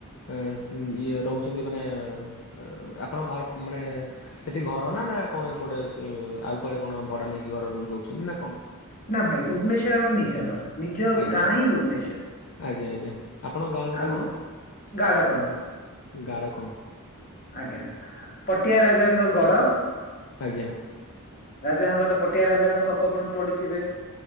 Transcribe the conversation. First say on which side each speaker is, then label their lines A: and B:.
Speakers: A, on the left (about 60°); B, on the left (about 40°).
A: ଏଁ ସ୍ ଉଁ ଇଏ ରହୁଛନ୍ତି ମାନେ ଉଁ ଆପଣଙ୍କ ଘର ମାନେ ସେଠି ଘର ନା ନା କଣ ଏପଟେ ସ ଆଉ କୁଆଡ଼େ କଣ ଭଡ଼ା ନେଇକି ଘର ରୁମ୍ ରହୁଛନ୍ତି ନା କଣ?
B: ନା ଭାଇ ଭୁବନେଶ୍ୱର ଆମ ନିଜ ଘର। ନିଜ
A: ଆଜ୍ଞା
B: ଗାଁ ହିଁ ଭୁବନେଶ୍ଵର
A: ଆଜ୍ଞା ଆଜ୍ଞା ଆପଣଙ୍କ ଗାଁ ନାଟା
B: ଆମ ଗାଡ଼ା କଣ।
A: ଗାଡ଼ କଣ।
B: ଆଜ୍ଞା ପଟିଆ ରାଜାଙ୍କ ଗଡ଼।
A: ଆଜ୍ଞା।
B: ରାଜାଙ୍କର ତ ପଟିଆ ରାଜାଙ୍କ ଗପ କଣ ପଢ଼ିଥିବେ।